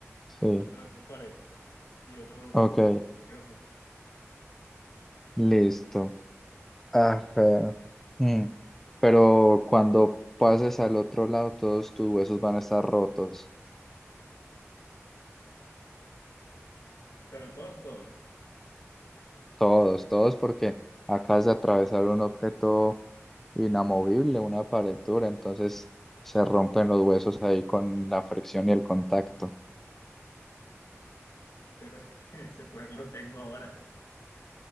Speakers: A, in the centre; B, on the left (about 80°).
A: Sí,
B: atravesar paredes y otro
A: ok,
B: tipo de objeto, cualquier objeto.
A: listo. Ah, pero, mm, pero cuando pases al otro lado, todos tus huesos van a estar rotos.
B: Pero todos, todos.
A: Todos, todos, porque acabas de atravesar un objeto inamovible, una pared dura, entonces se rompen los huesos ahí con la fricción y el contacto.
B: Pero <laughs> ese poder lo tengo ahora.